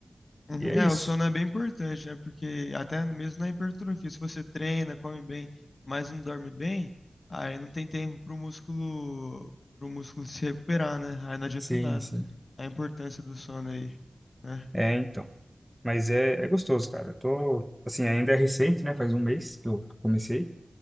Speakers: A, on the left; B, in the centre.
A: Uhum.
B: E é
A: É,
B: isso.
A: o sono é bem importante, né? Porque até mesmo na hipertrofia, se você treina, come bem, mas não dorme bem, aí não tem tempo pro músculo, pro músculo se recuperar, né? Aí não adianta
B: Sim,
A: nada.
B: sim.
A: A importância do sono aí, né?
B: É, então. Mas é, é gostoso, cara. Eu tô, assim, ainda é recente, né? Faz um mês que eu que eu comecei.